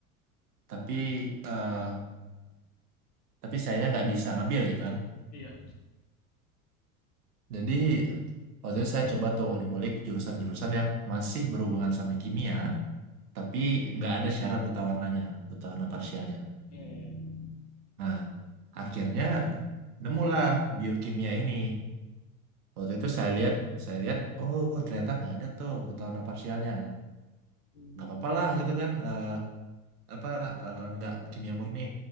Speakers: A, on the right; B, on the left.
A: tapi eh, tapi sayanya nggak bisa ngambil gitu kan
B: Iya,
A: jadi waktu itu saya coba tuh ulik-ulik jurusan-jurusan yang masih berhubungan sama kimia tapi nggak ada syarat buta warnanya buta warna parsialnya
B: iya ya. ya.
A: nah akhirnya nemulah biokimia ini waktu itu saya lihat saya lihat oh ternyata nggak ada tuh buta warna parsialnya
B: Hmm,
A: nggak apa-apa lah gitu kan eh, apa eh, nggak kimia murni